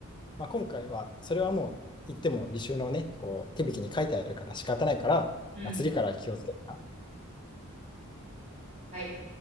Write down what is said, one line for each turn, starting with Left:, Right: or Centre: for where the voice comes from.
Left: まあ、今回は、それはもう言っても履修のね、こう手引きに書いてあるから仕方ないから、
Right: うん。
Left: まあ、次から気をつけてな。
Right: はい。